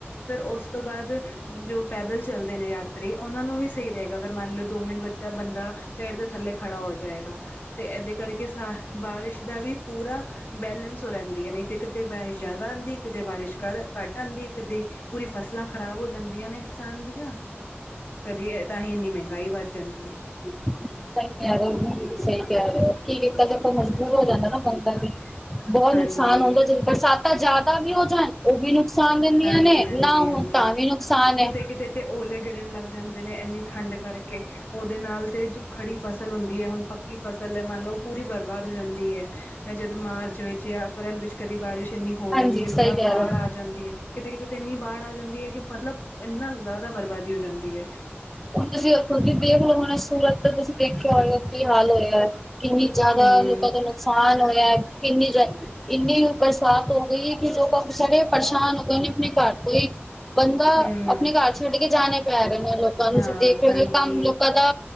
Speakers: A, on the left; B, in the centre.
A: ਫਿਰ ਉਸ ਤੋਂ ਬਾਅਦ ਜੋ ਪੈਦਲ ਚੱਲਦੇ ਨੇ ਯਾਤਰੀ ਉਹਨਾਂ ਨੂੰ ਵੀ ਸਹੀ ਰਹੇਗਾ। ਅਗਰ ਮੰਨ ਲਓ ਦੋ ਮਿੰਟ ਬੱਚਾ, ਬੰਦਾ ਪੇੜ ਦੇ ਥੱਲੇ ਖੜਾ ਹੋ ਜਾਏਗਾ। ਅਤੇ ਇਹਦੇ ਕਰਕੇ ਸਾ ਬਾਰਿਸ਼ ਦਾ ਵੀ ਪੂਰਾ ਬੈਲੇੈਂਸ ਹੋ ਰਹਿੰਦੀ ਐ ਨਈ ਤੇ ਕਿਤੇ ਬਾਰਿਸ਼ ਜ਼ਿਆਦਾ ਆਂਦੀ ਕਿਤੇ ਬਾਰਿਸ਼ ਕਰ ਘੱਟ ਆਂਦੀ ਕਦੇ ਪੂਰੀ ਫਸਲਾਂ ਖ਼ਰਾਬ ਹੋ ਜਾਂਦੀਆਂ ਨੇ ਕਿਸਾਨ ਦੀਆਂ, ਕਦੇ ਤਾਂ ਹੀ ਇੰਨੀ ਮਹਿੰਗਾਈ ਵੱਧ ਜਾਂਦੀ ਐ।
B: <unintelligible> ਸਹੀ ਕਹਿ ਰਹੇ ਓ, ਸਹੀ ਕਹਿ ਰਹੇ ਓ ਕੀ ਕੀਤਾ ਜਾਏ ਮਜਬੂਰ ਹੋ ਜਾਦਾ ਫਿਰ ਬੰਦਾ ਵੀ। ਬਹੁਤ
A: ਹਾਂਜੀ,
B: ਨੁਕਸਾਨ ਹੁੰਦਾ ਜਦੋਂ ਬਰਸਾਤਾਂ ਜ਼ਿਆਦਾ ਵੀ ਹੋ ਜਾਣ ਉਹ ਵੀ ਨੁਕਸ ਨੁਕਸਾਨ ਦਿੰਦੀਆਂ
A: ਹਾਂਜੀ,
B: ਨੇ
A: ਹਾਂਜੀ,
B: ਨਾ ਹੋਣ
A: ਹਾਂਜੀ।
B: ਤਾਂ ਵੀ ਨੁਕਸਾਨ ਐਂ।
A: ਕਿਤੇ-ਕਿਤੇ ਤੇ ਓਲੇ ਗਿਰਨ ਲੱਗ ਜਾਂਦੇ ਨੇ ਇੰਨੀ ਠੰਡ ਕਰਕੇ ਉਹਦੇ ਨਾਲ ਤੇ ਜੋ ਖੜੀ ਫਸਲ ਹੁੰਦੀ ਐ, ਹੁਣ ਪੱਕੀ ਫਸਲ ਐ ਮੰਨ ਲਓ ਪੂਰੀ ਬਰਬਾਦ ਹੋ ਜਾਂਦੀ ਐ। ਫਿਰ ਜਦ ਮਾਰਚ ਵਿੱਚ ਜਾਂ ਅਪ੍ਰੈਲ ਵਿੱਚ ਕਦੀ ਬਾਰਿਸ਼ ਇੰਨੀ ਹੋ ਜਾਂਦੀ
B: ਹਾਂਜੀ ਸਹੀ
A: ਐ ਕਿ
B: ਕਹਿ
A: ਬਾੜ
B: ਰਹੇ ਹੋ
A: ਆ ਜਾਂਦੀ ਐ। ਕਿਤੇ -ਕਿਤੇ ਤੇ ਇੰਨੀ ਬਾੜ ਆ ਜਾਂਦੀ ਐ ਕਿ ਮਤਲਬ ਇੰਨਾ ਜ਼ਿਆਦਾ ਬਰਬਾਦੀ ਹੋ ਜਾਂਦੀ ਐ।
B: ਹੁਣ ਤੁਸੀਂ ਅੱਖਾਂ ਤੋਂ ਈ ਦੇਖ ਲੋ ਹੁਣਾ ਸੂਰਤ ਤੇ ਤੁਸੀਂ ਦੇਖਿਆ ਹੋਏਗਾ ਕੀ ਹਾਲ ਹੋਇਆ ਏ। ਕਿੰਨੀ ਜ਼ਿਆਦਾ
A: ਹੂੰ,
B: ਲੋਕਾਂ ਦਾ ਨੁਕਸਾਨ ਹੋਇਆ ਐ, ਕਿੰਨੀ ਜਾ ਇੰਨੀ ਬਰਸਾਤ ਹੋ ਗਈ ਕਿ ਜੋ ਕੰਮ ਛੜੇ ਪਰੇਸ਼ਾਨ ਗਏਨੇ ਆਪਣੇ ਘਰ ਤੋਂ ਈ ਬੰਦਾ
A: ਹੂੰ,
B: ਆਪਣੇ ਘਰ ਛੱਡ ਕੇ ਜਾਣੇ ਪੈ ਗਏ ਨੇ ਲੋਕਾਂ ਨੂੰ
A: ਹਾਂ,
B: ਦੇਖ ਰਹੇ
A: ਹਾਂਜੀ,
B: ਹੋ, ਕੰਮ ਲੋਕਾਂ ਦਾ